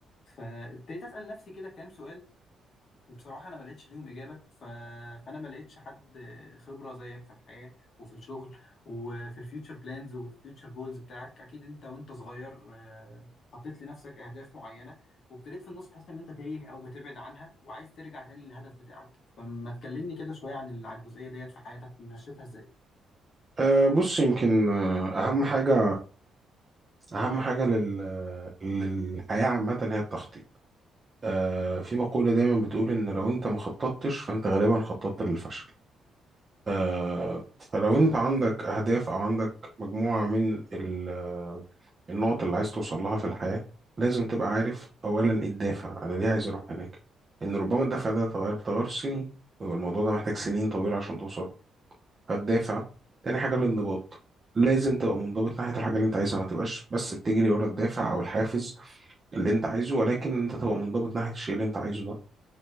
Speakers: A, on the left (about 55°); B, on the right (about 30°).
A: فابتديت اسال نفسي كده كام سؤال بصراحة أنا ما لقيتش ليهم إجابة ف... فأنا ما لقيتش حد خبرة زيك في الحياة وفي الشغل وفي الفيوتشر بلانز والفيوتشر جولز بتاعك أكيد أنت وأنت صغير آه، حطيت لنفسك أهداف معينة وابتديت في النص تحس إن أنت تايه أو بتبعد عنها وعايز ترجع تاني للهدف بتاعك فما تكلمني كده شوية عن ال- عن الجزئية ديت في حياتك مشيتها إزاي؟
B: أه بص يمكن آه، أهم حاجة أهم حاجة لل... للحياة عامة هي التخطيط أه في مقولة دايما بتقول إن لو أنت ما خططتش فأنت غالبا خططت للفشل آه، فلو أنت عندك أهداف أو عندك مجموعة من ال... آه، النقط اللي عايز توصل لها في الحياة لازم تبقى عارف أولا إيه الدافع أنا ليه عايز أروح هناك إن ربما الدافع ده يتغير بتغير السنين ويبقى الموضوع ده محتاج سنين طويلة عشان توصل فالدافع تاني حاجة الانضباط لازم تبقى منضبط ناحية الحاجة اللي انت عايزها ما تبقاش بس بتجري ورا الدافع او الحافز اللي انت عايزه ولكن انت تبقى منضبط ناحية الشيء اللي انت عايزه ده